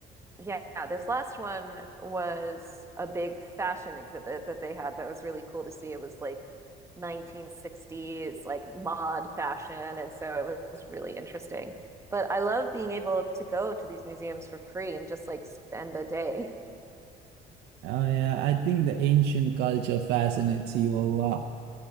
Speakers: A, on the right; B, on the right.
A: yeah, this last one was a big fashion exhibit that they had that was really cool to see. It was like 1960s, like mod fashion. And so it was really interesting. But I love being able to go to these museums for free and just like spend a day.
B: Oh yeah, I think the ancient culture fascinates you a lot.